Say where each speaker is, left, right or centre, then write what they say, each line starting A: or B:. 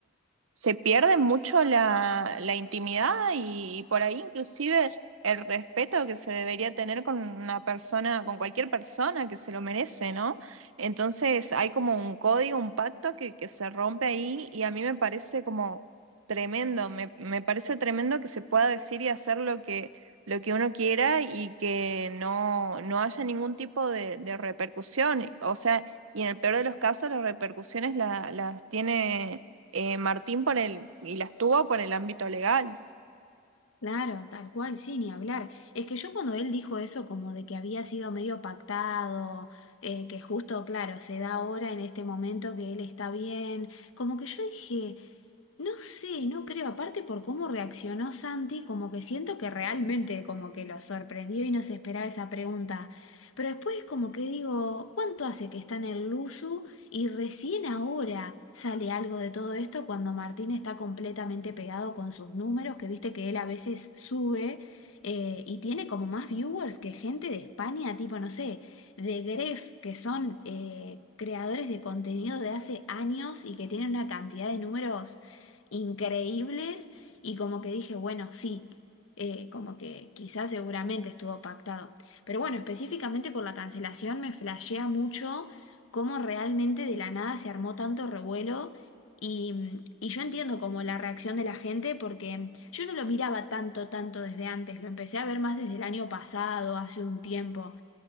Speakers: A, on the right; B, on the left.
A: se pierde mucho la, la intimidad y, y por ahí inclusive el respeto que se debería tener con una persona, con cualquier persona que se lo merece, ¿no? Entonces hay como un código, un pacto que, que se rompe ahí y a mí me parece como tremendo, me, me parece tremendo que se pueda decir y hacer lo que, lo que uno quiera y que no, no haya ningún tipo de, de repercusión. O sea, y en el peor de los casos las repercusiones la- las tiene eh, Martín por el, y las tuvo por el ámbito legal.
B: Claro, tal cual, sí, ni hablar. Es que yo cuando él dijo eso, como de que había sido medio pactado, eh, que justo, claro, se da ahora en este momento que él está bien, como que yo dije, no sé, no creo, aparte por cómo reaccionó Santi, como que siento que realmente como que lo sorprendió y no se esperaba esa pregunta. Pero después como que digo, ¿cuánto hace que está en el Luzu y recién ahora sale algo de todo esto cuando Martín está completamente pegado con sus números, que viste que él a veces sube eh, y tiene como más viewers que gente de España, tipo, no sé de Gref, que son eh, creadores de contenido de hace años y que tienen una cantidad de números increíbles y como que dije, bueno, sí, eh, como que quizás seguramente estuvo pactado. Pero bueno, específicamente con la cancelación me flashea mucho cómo realmente de la nada se armó tanto revuelo y, mm, y yo entiendo como la reacción de la gente porque yo no lo miraba tanto, tanto desde antes, lo empecé a ver más desde el año pasado, hace un tiempo.